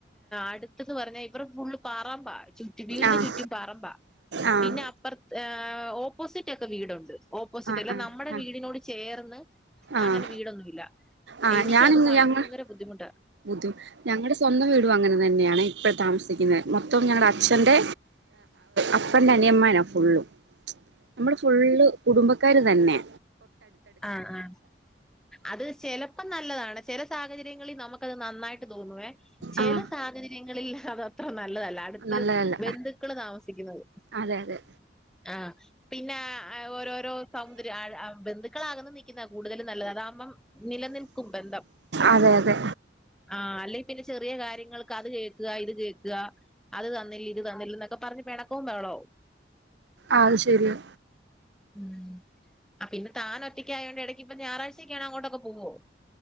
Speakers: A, in the centre; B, on the right.
A: അടുത്തന്ന് പറഞ്ഞാൽ ഇവടെ ഫുൾ <unintelligible> ചുറ്റും വീടിനു
B: ആഹ്
A: ചുറ്റും പറമ്പാ
B: ആഹ്
A: പിന്നെ അപ്പറത്തെ ആ ഓപ്പോസിറ്റ് ഒക്കെ വീടുണ്ട് ഓപ്പോസിറ്റ്
B: ആഹ്
A: അല്ല
B: ആഹ്
A: നമ്മുടെ
B: ആഹ്
A: വീട് അതിനോട് ചേർന്ന്
B: ആഹ്
A: അങ്ങനെ വീടൊന്നുല്ല
B: ആഹ്
A: എനിക്ക്
B: ഞാനിന്ന്
A: അത് ഭയങ്കര
B: ഞങ്ങൾ
A: ബുദ്ധിമുട്ട്
B: <unintelligible> ഞങ്ങടെ സ്വന്തം വീടും അങ്ങനെ തന്നെയാണേ ഇപ്പ താമസിക്കുന്നത് മൊത്തം ഞങ്ങടെ അച്ഛന്റെ അപ്പന്റെ അനിയന്മാരാ ഫുൾ നമ്മള് ഫുള്ള് കുടുംബ കരുതെന്നെ
A: ആ ആ അത് ചിലപ്പോ നല്ലതാണ് ചില സാഹചര്യങ്ങളിൽ നമുക്കത് നന്നായിട്ട് തോന്നുവേ ചെല
B: ആഹ്
A: സാഹചര്യങ്ങളിൽ അതത്ര നല്ല ല്ലതല്ല അടുത്ത്
B: നല്ലതല്ല
A: ബന്ധുക്കള് താമസിക്കുന്നത്
B: അതെ അതെ
A: ആ. പിന്നേ ഓരോരോ സൗന്ദര്യ ആഴ് ആ ബന്ധു ക്കളകന്നു നിക്കുന്നതാ കൂടുതലും നല്ലത് അതാകുമ്പം നിലനിൽക്കും ബന്ധം.
B: അതെ അതെ
A: ആഹ് അല്ലെങ്കിൽ പിന്നെ ചെറിയ കാര്യങ്ങൾക്ക് അത് കേക്ക്ക ഇത് കേക്ക്ക അത് തന്നില്ലിത് തന്നില്ലെന്നൊക്കെ പറഞ്ഞ് പെണ ഓന്നാണോ?
B: അതു ശെരിയാ
A: ഉം ആ പിന്നെ താൻ ഒറ്റക്കായോണ്ട് ഇടക്ക് ഇപ്പ ഞായറാഴ്ചൊക്കാണെ അങ്ങോട്ടൊക്കെ പോവ്വോ?